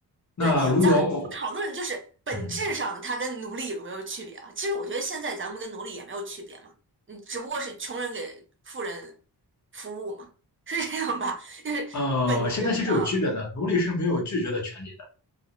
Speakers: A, on the left (about 45°); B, on the right (about 30°).
A: 那如果我，
B: 对，咱们不讨论就是本质上它跟奴隶有没有区别啊？
A: 嗯，
B: 其实我觉得现在咱们跟奴隶也没有区别嘛，你只不过是穷人给富人服务嘛，是这样吧？就是本质上，
A: 呃，现在其实有区别的，奴隶是没有拒绝的权利